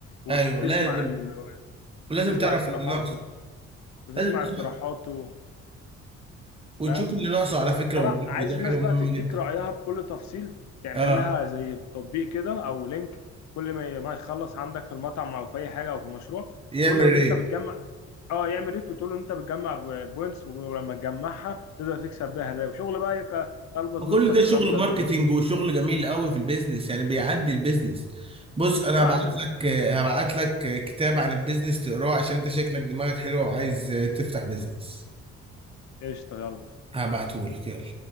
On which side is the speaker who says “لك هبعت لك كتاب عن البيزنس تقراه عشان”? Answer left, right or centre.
Right